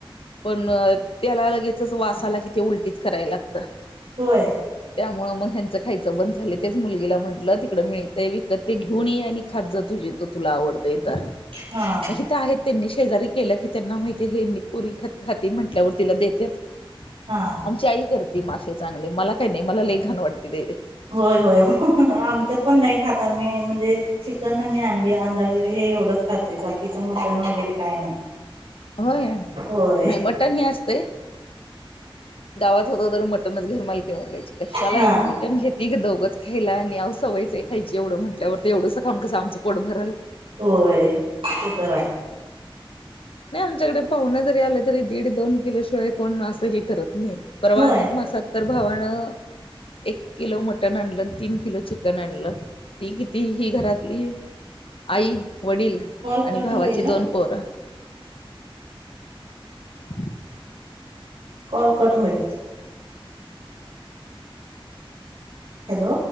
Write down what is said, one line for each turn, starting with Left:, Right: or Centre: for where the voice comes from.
Left: पण म त्याला लगेचच वासा आला कि ते उलटीच करायला लागत
Right: होय
Left: त्यामुळे ह मग ह्यांच खयचं बंद झालं तेच मुलगीला म्हटलं ते मिळतय विकत ते घेऊन ये आणि खात जा तुझी त तुला आवडतय तर.
Right: हा
Left: मग हित आहेत त्यांनी शेजारी केल्या की त्यांना माहिती हे नी पुरगी खाति म्हटल्यावर तिला देतेत
Right: हा
Left: आमची आई करती मासेे चांगले मला काही नाही मला लय घान वाटते त्याची.
Right: होय होय हं हं आमच्यात पण नाही खाता मी म्हणजे चिकन आणि अंडी अंडागिरी हे वढं खातोय बाकीचं मटण वगैरे? काही नाही
Left: होय
Right: होय.
Left: नाही मटण हे असतंय गावात होत तर मटनच घरमालकीन वरडायची कशाला
Right: हा
Left: एवढं मटन घेते ग दोघंच? खायला आणि व सवयचं आहे खायची एवढं म्हटल्यावर तर ते एवढंच खाऊन कसं आमचं पोट भरल.
Right: होय ते तर आहे.
Left: नाही आमच्याकडे पाहुण जरी आलं तरी दीड दोन किलो शिवाय कोण असं हे करत नाही परवा
Right: होय
Left: अधिक मासात तर भावानं! एक किलो मटण आणलं तीन किलो चिकन आणलं ती किती हि घरातली आई वडील
Right: कॉल
Left: आणि
Right: कट
Left: भावाची
Right: होईल
Left: दोन पोरं. ह.
Right: कॉल कट होयत. हॅलो.